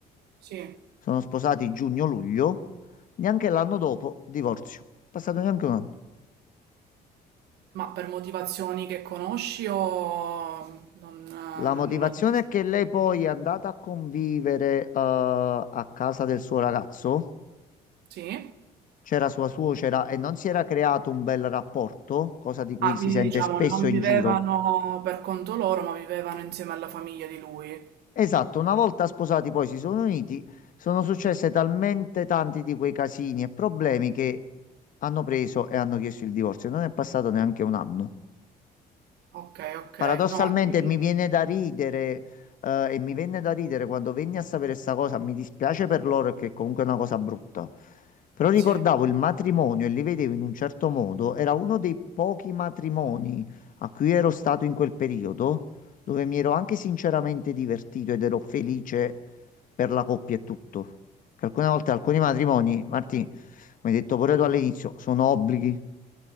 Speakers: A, on the right; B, on the left.
A: sì,
B: Sono sposati giugno-luglio. Neanche l'anno dopo, divorzio. Passato neanche un anno.
A: ma per motivazioni che conosci o non, eh,
B: La
A: non
B: motivazione
A: non ti...
B: è che lei poi è andata a convivere, eh, a casa del suo ragazzo,
A: Sì?
B: c'era sua suocera e non si era creato un bel rapporto, cosa di cui
A: Ah, quindi
B: si sente
A: diciamo
B: spesso
A: non
B: in
A: vivevano
B: giro.
A: per conto loro, ma vivevano insieme alla famiglia di lui.
B: Esatto, una volta sposati poi si sono uniti, sono successe talmente tanti di quei casini e problemi che hanno preso e hanno chiesto il divorzio. Non è passato neanche un anno.
A: Ok, ok.
B: Paradossalmente
A: No, anche io.
B: mi viene da ridere, eh, e mi venne da ridere quando venni a sapere questa cosa. Mi dispiace per loro che comunque è una cosa brutta. Però ricordavo
A: Sì,
B: il matrimonio e li vedevo in un certo modo. Era uno dei pochi matrimoni a cui ero stato in quel periodo, dove mi ero anche sinceramente divertito ed ero felice per la coppia e tutto. Che alcune volte alcuni matrimoni, Martì, come hai detto pure tu all'inizio, sono obblighi,